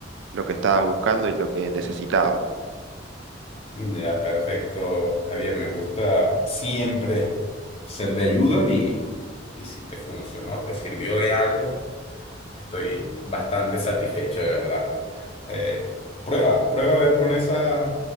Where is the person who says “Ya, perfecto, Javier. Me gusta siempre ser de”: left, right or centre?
Left